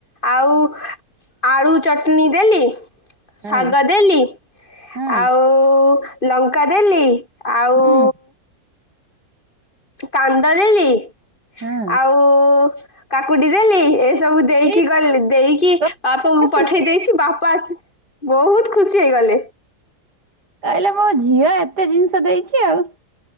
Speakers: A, on the left; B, on the right.
A: ଆଉ ଆଳୁ ଚଟନି ଦେଲି। ଶାଗ
B: ହଁ
A: ଦେଲି,
B: ହଁ
A: ଆଉ ଲଙ୍କା ଦେଲି। ଆଉ
B: ହୁଁ
A: କାନ୍ଦ ଦେଲି।
B: ହୁଁ
A: ଆଉ କାକୁଡି ଦେଲି ଏସବୁ ଦେଇକି
B: ଏଇ
A: ଗଲେ ଦେଇକି
B: ତୋ
A: ବାପାକୁ
B: ଖୁସି
A: ପଠେଇ ଦେଇଛି, ବାପା ଆସି ବହୁତ ଖୁସି ହେଇଗଲେ।
B: କହିଲେ ମୋ ଝିଅ ଏତେ ଜିନିଷ ଦେଇଛି ଆଉ।